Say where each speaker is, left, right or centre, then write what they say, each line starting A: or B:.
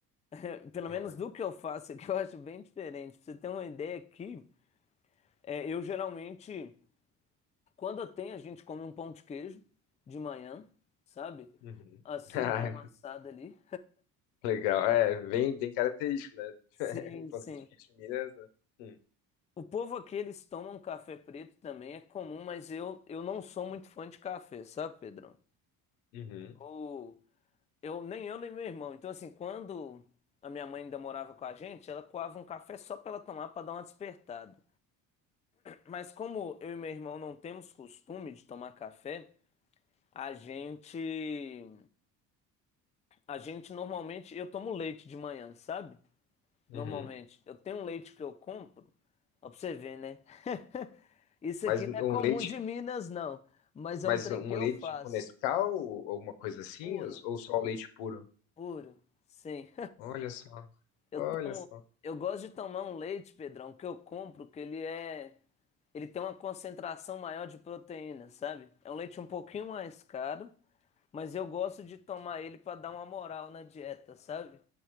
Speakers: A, on the left; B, on the left.
A: <laughs> Pelo
B: não
A: menos
B: é-
A: do que eu faço aqui, eu acho bem diferente. Pra você ter uma ideia aqui, é, eu geralmente, quando eu tenho, a gente come um pão de queijo de manhã, sabe?
B: Uhum.
A: Assim,
B: <laughs> Ah,
A: dá uma assada ali.
B: legal. É, bem, bem característico, né? <laughs>
A: Sim,
B: um
A: sim.
B: assim, de leite Minas, né? Hum,
A: O povo aqui, eles tomam café preto também, é comum, mas eu, eu não sou muito fã de café, sabe, Pedrão?
B: Uhum,
A: Eu, Eu, nem eu, nem meu irmão. Então, assim, quando a minha mãe ainda morava com a gente, ela coava um café só pra ela tomar, pra dar uma despertada. Mas como eu e meu irmão não temos costume de tomar café, a gente. A gente normalmente. Eu tomo leite de manhã, sabe?
B: uhum.
A: Normalmente. Eu tenho um leite que eu compro. Ó, pra você ver, né? <laughs> Isso
B: Mas
A: aqui
B: um
A: não é comum
B: leite,
A: de Minas, não. Mas
B: mas
A: é um trem
B: um
A: que
B: leite
A: eu faço.
B: com Nescau ou alguma coisa assim,
A: Puro,
B: ou ou só o leite puro?
A: puro. Sim.
B: Olha só,
A: <laughs>
B: olha só.
A: Eu gosto de tomar um leite, Pedrão, que eu compro, que ele é. Ele tem uma concentração maior de proteína, sabe? É um leite um pouquinho mais caro, mas eu gosto de tomar ele para dar uma moral na dieta, sabe?